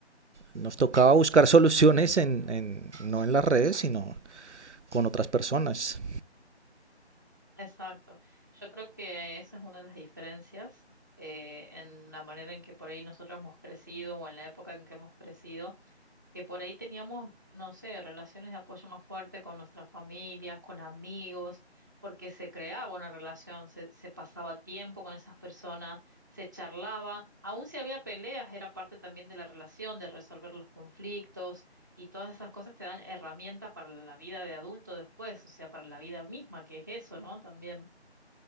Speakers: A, on the right (about 85°); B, on the right (about 15°).
A: Nos tocaba buscar soluciones en, en, no en las redes, sino con otras personas.
B: Exacto. Yo creo que esa es una de las diferencias eh, en la manera en que por ahí nosotros hemos crecido o en la época en que hemos crecido que por ahí teníamos, no sé, relaciones de apoyo más fuerte con nuestras familias, con amigos, porque se creaba una relación, se, se pasaba tiempo con esas personas, se charlaba, aun si había peleas, era parte también de la relación, de resolver los conflictos y todas esas cosas te dan herramientas para la vida de adulto después, o sea, para la vida misma, que es eso, ¿no? También.